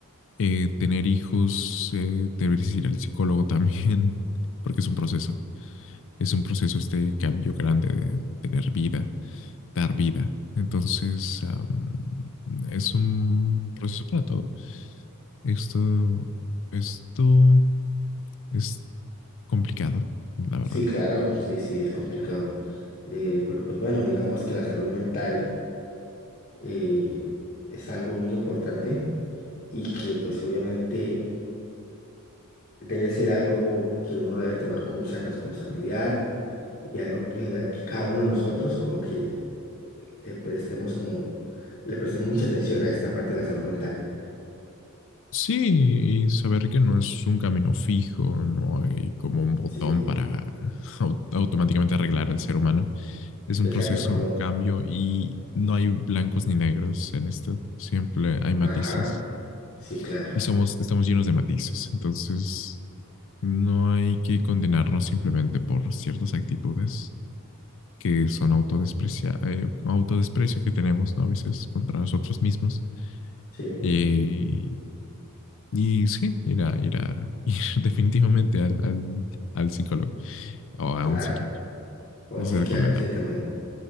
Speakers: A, on the left; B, on the left.
A: eh, tener hijos, eh, deberías ir al psicólogo también, <laughs> porque es un proceso, es un proceso este cambio grande de tener vida dar vida. Entonces, am, es un proceso para todo. Esto, esto es complicado, la verdad.
B: Sí, claro, sí, sí, es complicado. Eh, pero pues bueno, digamos que la salud mental eh, es algo muy importante y que pues obviamente debe ser algo que uno lo debe tomar con mucha responsabilidad y algo que- en la que cada uno de nosotros como que eh, prestemos como, le prestemos mucha atención a esta parte de la salud mental.
A: Sí, y saber que no es un camino fijo, no hay como un botón
B: Sí,
A: para au- automáticamente arreglar al ser humano. Es un
B: exacto,
A: proceso,
B: como,
A: un cambio y no hay blancos ni negros en esto. Siempre hay matices
B: ajá, sí, claro,
A: y somos, estamos llenos de matices. Entonces, No hay que condenarnos simplemente por ciertas actitudes que son autodesprecia- eh, autodesprecio que tenemos, ¿no? A veces contra nosotros mismos.
B: sí,
A: Eh, y sí, ir a, ir a- <laughs> ir definitivamente al, al- al psicólogo o
B: claro.
A: a un psiquiatra.
B: O
A: Es
B: un psiquiatra,
A: recomendable.
B: sí, también.